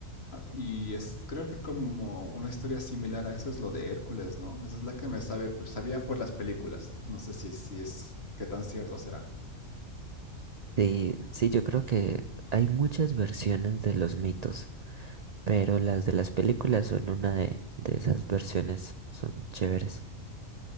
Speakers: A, on the left; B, on the right.
A: Ah, Y es, creo que como una historia similar a eso es lo de Hércules, ¿no? Esa es la que me sabe, pues, sabía por las películas, no sé si, si es, qué tan cierto será.
B: Sí, sí, yo creo que hay muchas versiones de los mitos, pero las de las películas son una de, de esas versiones, son chéveres.